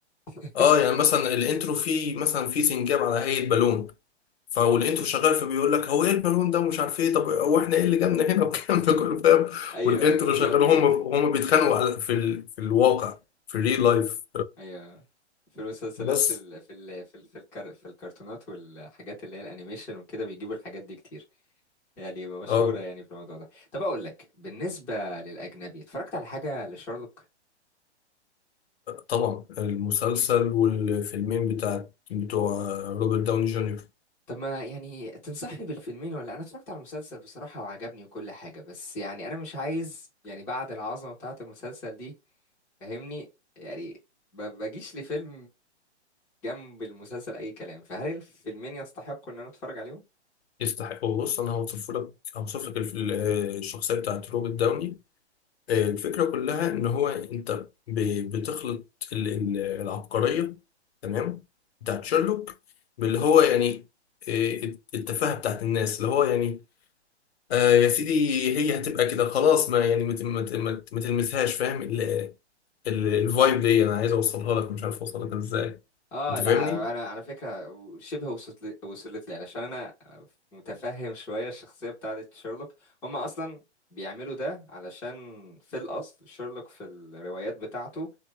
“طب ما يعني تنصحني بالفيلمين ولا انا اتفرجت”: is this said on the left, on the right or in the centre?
Centre